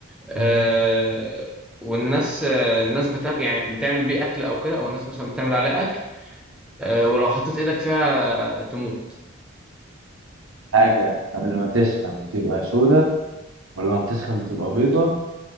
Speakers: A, in the centre; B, on the right.
A: آه
B: <laughs> مم.
A: والناس آه الناس بتاكل يعني بتعمل بيه اكل او كده او الناس مثلا بتعمل عليه اكل آه ولو حطيت ايدك فيها تموت
B: حاجة قبل ما تسخن بتبقى سودة ولا ما بتسخن بتبقى بيضة